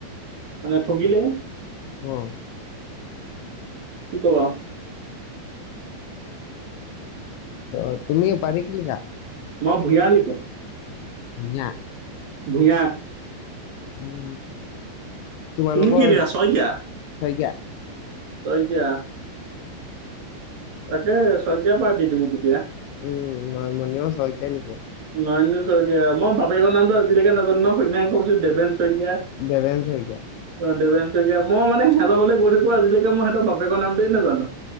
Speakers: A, on the right; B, on the left.
A: মানে থগিলে
B: আহ
A: কি কবা?
B: অ তুমি উপাধি কি লিখা?
A: মই ভূঞা লিখো
B: ভূঞা
A: ভূঞা
B: উ তোমালোকৰ
A: তুমি কি লিখা শইকীয়া?
B: শইকীয়া
A: শইকীয়া তাকে শইকীয়া উপাধি দি তুমি তেতিয়া।
B: উম মাৰমনিয়ও শইকীয়াই।
A: নয়ন শইকীয়া মই বাপেকৰ নামটো আজিলৈকে নাজানোঁ নহয় সূন্যাই কৈছো দেৱেন শইকীয়া
B: দেবেন শইকীয়া
A: দেবেন শইকীয়া মই মানে সিহঁতক ঘলে গৈ থাকো আজিলৈকে মই সিহতৰ বাপেকৰ নামটোৱে নাজানোৱে।